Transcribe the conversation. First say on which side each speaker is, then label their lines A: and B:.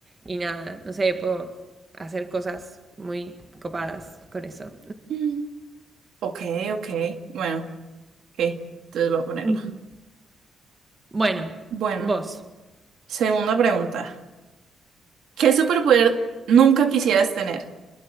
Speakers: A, on the right; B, on the right.
A: y nada, no sé, puedo hacer cosas muy copadas con eso.
B: Mm. Ok, ok. Bueno, ok. Entonces voy a ponerlo.
A: <laughs> bueno,
B: Bueno,
A: vos.
B: segunda pregunta. ¿Qué superpoder nunca quisieras tener?